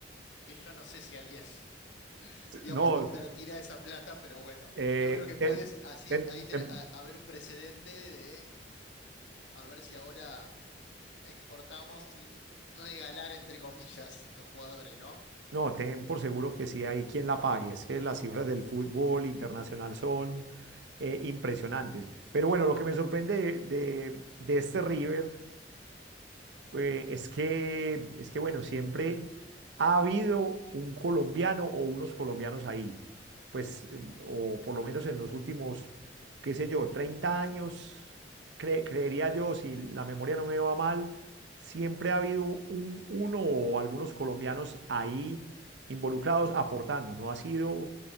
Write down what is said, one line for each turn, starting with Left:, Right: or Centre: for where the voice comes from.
Left: que yo no sé si alguien, <laughs> digamos,
Right: No,
Left: invertirá esa plata, pero bueno,
Right: eh,
Left: yo creo que puedes
Right: ten-
Left: así,
Right: ten-
Left: ahí ten-
Right: ten-
Left: a- haber un precedente de a ver si ahora exportamos sin regalar, entre comillas, los jugadores, ¿no?
Right: no, ten por seguro que sí hay quien la pague. Es que las cifras del fútbol internacional son eh, impresionantes. Pero bueno, lo que me sorprende de, de- de este River Eh, es que, es que, bueno, siempre ha habido un colombiano o unos colombianos ahí, pues, eh, o por lo menos en los últimos, qué sé yo, 30 años, cre- creería yo, si la memoria no me va mal, siempre ha habido un, uno o algunos colombianos ahí involucrados aportando, no ha sido